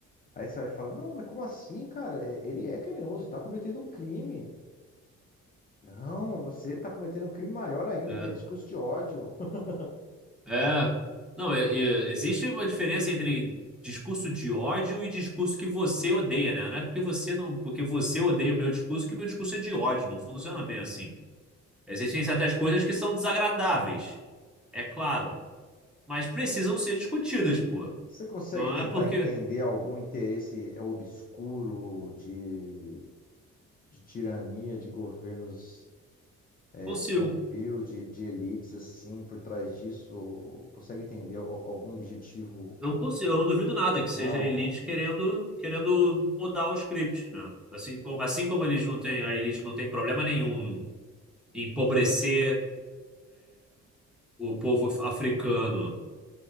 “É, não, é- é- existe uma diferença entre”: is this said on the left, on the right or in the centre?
Centre